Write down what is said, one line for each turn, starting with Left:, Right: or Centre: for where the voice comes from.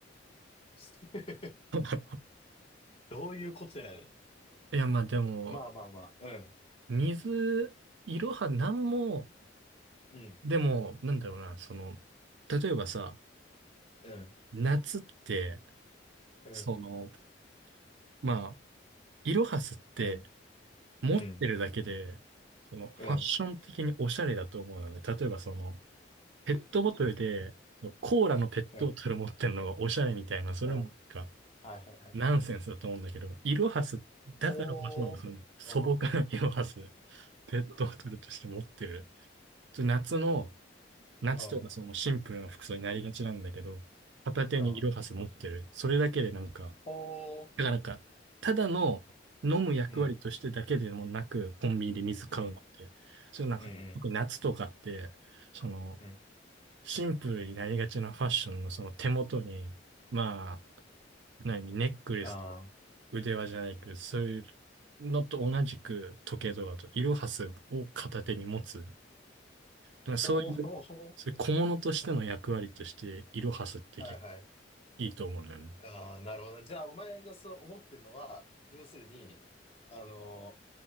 Left: <laughs>
Right: <laughs>
Left: どういうことやねん。
Right: いや、まあでも、
Left: まあまあまあ。うん。
Right: 水、いろはなんも、
Left: うん、
Right: でも、なんだろうな、その、例えばさ、
Left: うん、
Right: 夏って、
Left: うん、
Right: その、まあ、いろはすって、
Left: うん、
Right: 持ってるだけで、
Left: うん、
Right: その、ファッション的におしゃれだと思うのね。
Left: うん、
Right: 例えば、その、ペットボトルで、そのコーラのペットボトル持ってるのがおしゃれみたいな、
Left: うん、
Right: それもなんか、
Left: うん、はいはいはい。
Right: ナンセンスだと思うんだけど、イロハス、だからこそ、
Left: ほー、
Right: その素朴なイロハス、
Left: おー、
Right: ペットボトルとして持ってる。ちょ夏の、夏とかそのシンプルな服装になりがちなんだけど、
Left: おー、
Right: 片手にイロハス持ってる。
Left: おー、
Right: それだけでなんか、
Left: ほー、
Right: だからなんか、ただの飲む役割としてだけでもなく、
Left: うん、
Right: コンビニで水買うのって、
Left: うん、
Right: それなんか、
Left: うん、うん、
Right: 特に夏とかって、その、
Left: うん、
Right: シンプルになりがちなファッションのその手元に、まあ、何、ネックレスとか
Left: あー、
Right: 腕輪じゃないけど、そういうのと同じく時計とかと、イロハスを片手に持つ。なんかそういう、
Left: ほー、<laughs> ほーほー
Right: そういう小物としての役割として、イロハスってけ
Left: はいはい。
Right: いいと思うのよね。
Left: あー、なるほど。じゃあ、お前がそう思ってるのは、要するに、あの